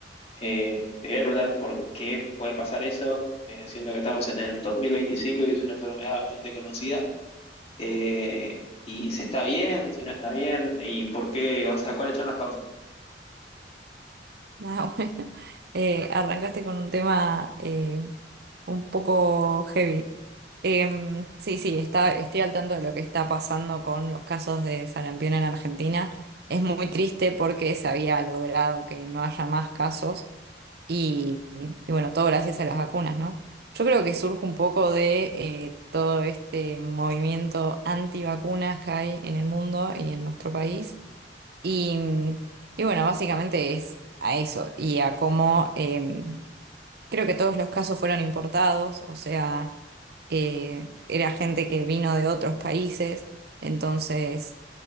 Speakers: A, on the left (about 35°); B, on the right (about 65°).
A: Eh, te quería preguntar por qué puede pasar eso, eh, siendo que estamos en el 2025 y es una enfermedad bastante conocida. Eh, y si está bien, si no está bien, y por qué, o sea, cuáles son las causas.
B: Nada, <laughs> bueno. Eh, arrancaste con un tema eh, un poco heavy. Em, sí, sí, está, estoy al tanto de lo que está pasando con los casos de sarampión en Argentina. Es muy triste porque se había logrado que no haya más casos y, y bueno, todo gracias a las vacunas, ¿no? Yo creo que surge un poco de eh, todo este movimiento antivacunas que hay en el mundo y en nuestro país Y, mm, y bueno, básicamente es a eso y a cómo eh, creo que todos los casos fueron importados, o sea, eh, era gente que vino de otros países, entonces,